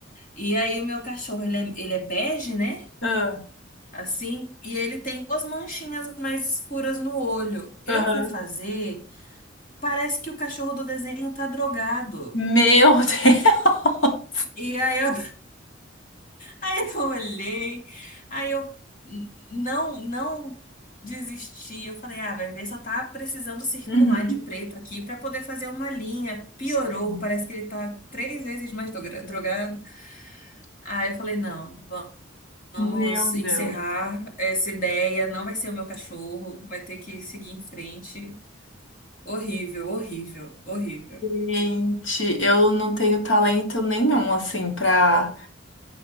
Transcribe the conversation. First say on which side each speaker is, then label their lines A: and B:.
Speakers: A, on the left; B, on the left.
A: E aí, o meu cachorro, ele é, ele é bege, né?
B: Ah,
A: Assim, e ele tem duas manchinhas mais escuras no olho. Eu
B: aham.
A: fui fazer, parece que o cachorro do desenho tá drogado.
B: Meu <laughs> Deus!
A: E aí, eu Aí eu olhei, aí eu n- não, não desisti. Eu falei, ah, vai ver, só tá precisando circular
B: Uhum,
A: de preto aqui pra poder fazer uma linha. Piorou,
B: sim.
A: parece que ele tá três vezes mais dogra- drogado. Aí eu falei, não, va- vamos
B: Meu
A: encerrar
B: Deus.
A: essa ideia, não vai ser o meu cachorro, vai ter que seguir em frente. Horrível, horrível, horrível.
B: Gente, eu não tenho talento nenhum, assim, pra.